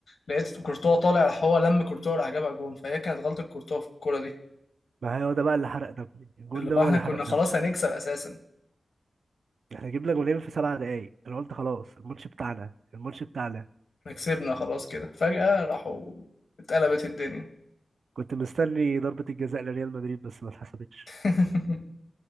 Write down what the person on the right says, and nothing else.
ما هي هو ده بقى اللي حرق دمي الجون
ده هو
اللي
حرق دمي
احنا جبنا جونين في سبع دقايق انا قلت خلاص الماتش بتاعنا الماتش بتاعنا
كنت مستني ضربة الجزاء لريال مدريد بس ما اتحسبتش